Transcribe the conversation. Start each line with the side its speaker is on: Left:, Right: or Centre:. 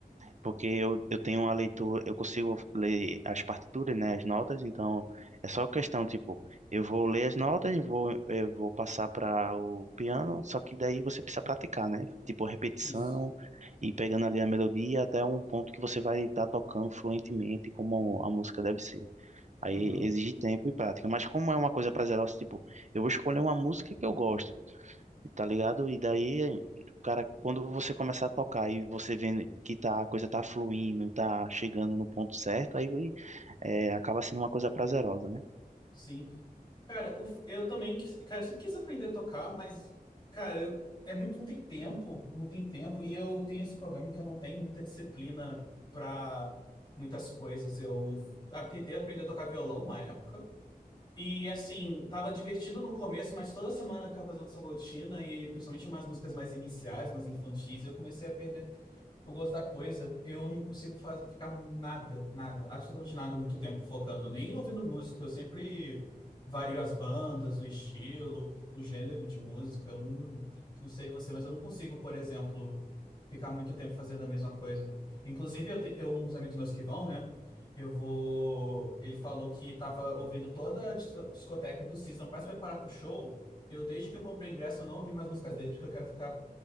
Right: porque eu, eu tenho uma leitura, eu consigo ler as partituras, né, as notas, então é só questão, tipo, eu vou ler as notas, vou, eu vou passar para o piano, só que daí você precisa praticar, né? Tipo, repetição
Left: Isso.
Right: e pegando ali a melodia até um ponto que você vai estar tocando fluentemente como a música deve ser. Aí
Left: Uhum.
Right: exige tempo e prática, mas como é uma coisa prazerosa, tipo, eu vou escolher uma música que eu gosto tá ligado? E daí, cara, quando você começar a tocar e você vendo que tá, a coisa tá fluindo e tá chegando no ponto certo, aí é, acaba sendo uma coisa prazerosa, né?
Left: Sim. Cara, o f- eu também, quis- cara, eu sempre quis aprender a tocar, mas, cara, eu- é muito, não tem tempo, não tem tempo, e eu tenho esse problema que eu não tenho muita disciplina pra muitas coisas. Eu ah, tentei aprender a tocar violão uma época, e assim, tava divertido no começo, mas toda semana eu ficava fazendo essa rotina, e principalmente umas músicas mais iniciais, mais infantis, eu comecei a perder. Eu gosto da coisa, eu não consigo faz- ficar nada, nada, absolutamente nada muito tempo focando, nem ouvindo música. Eu sempre vario as bandas, o estilo, o gênero de música. Eu não, não sei você, mas eu não consigo, por exemplo, ficar muito tempo fazendo a mesma coisa. Inclusive, eu, te- eu- uns amigos meus que vão, né? Eu vou. Ele falou que tava ouvindo toda a dis- discoteca do System para se preparar pro show. Eu, desde que eu comprei ingresso, eu não ouvi mais músicas dele, porque eu quero ficar.